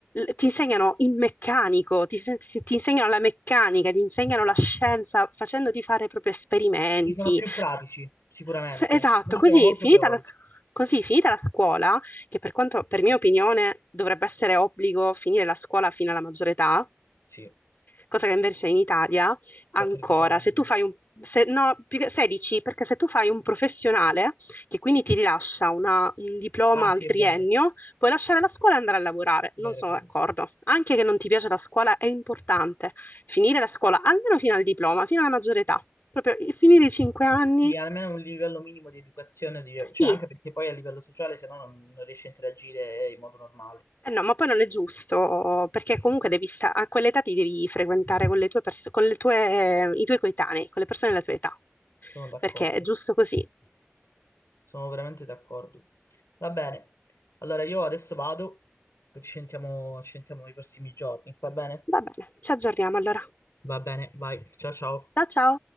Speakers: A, on the left; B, on the left.
A: ti insegnano il meccanico, ti, se- ti insegnano la meccanica, ti insegnano la scienza facendoti fare proprio esperimenti.
B: Sì, sono più pratici, sicuramente.
A: S- Esatto,
B: Noi
A: così
B: siamo molto
A: finita
B: teorici.
A: la, s- così, finita la scuola, che per quanto, per mia opinione, dovrebbe essere obbligo finire la scuola fino alla maggiore età,
B: Sì,
A: cosa che invece in Italia ancora,
B: 14 anni.
A: se tu fai un, se- no, più che 16, perché se tu fai un professionale, che quindi ti rilascia una- un diploma
B: Ah, sì,
A: al
B: è
A: triennio,
B: vero,
A: puoi lasciare la scuola e andare a lavorare.
B: è
A: Non
B: vero,
A: sono
B: è vero.
A: d'accordo. Anche che non ti piace la scuola è importante finire la scuola, almeno fino al diploma, fino alla maggiore età. Proprio i- finire i 5 anni.
B: Sì, almeno un livello minimo di educazione, di- cioè
A: Sì.
B: anche perché poi a livello sociale, se no non, non riesci a interagire eh, in modo normale.
A: Eh no, ma poi non è giusto, perché
B: Sì, sì,
A: comunque
B: sì.
A: devi sta- a quell'età ti devi frequentare con le tue pers- con le tue- i tuoi coetanei, con le persone della tua età,
B: Sono d'accordo,
A: perché è giusto così.
B: sono veramente d'accordo. Va bene, allora io adesso vado, poi ci sentiamo, ci sentiamo nei prossimi giorni, va bene?
A: Va bene, ci aggiorniamo allora.
B: Va bene, vai, ciao ciao.
A: Ciao ciao!